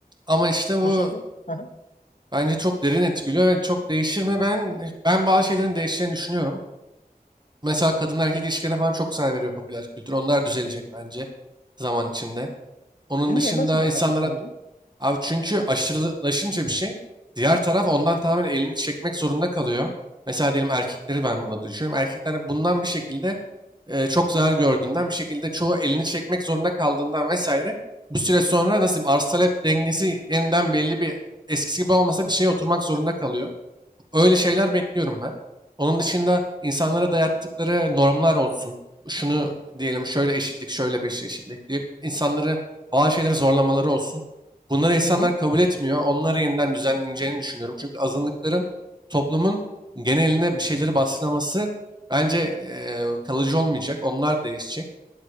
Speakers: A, on the right; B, on the left.
A: Ama işte bu
B: Bu sefer Aha.
A: bence çok derin etkiliyor ve çok değişir mi? Ben ben bazı şeylerin değişeceğini düşünüyorum. Mesela kadın erkek ilişkilerine falan çok saygı veriyor popüler kültür. Onlar düzelecek bence zaman içinde. Onun
B: niye
A: dışında
B: nasıl düzelecek
A: insanlar
B: sence?
A: Abi çünkü aşırılaşınca bir şey diğer taraf ondan tamamen elini çekmek zorunda kalıyor. Mesela diyelim erkekleri ben buna düşünüyorum. Erkekler bundan bir şekilde e, çok zarar gördüğünden bir şekilde çoğu elini çekmek zorunda kaldığından vesaire bir süre sonra nasıl diyeyim arz talep dengesi yeniden belli bir eskisi gibi olmasa bir şeye oturmak zorunda kalıyor. Öyle şeyler bekliyorum ben. Onun dışında insanlara dayattıkları normlar olsun. Şunu diyelim şöyle eşitlik, şöyle beşli eşitlik diye insanları bazı şeyleri zorlamaları olsun. Bunları insanlar
B: Hı hı.
A: kabul etmiyor. Onları yeniden düzenleneceğini düşünüyorum. Çünkü azınlıkların toplumun geneline bir şeyleri baskılaması bence eee, kalıcı olmayacak. Onlar değişecek.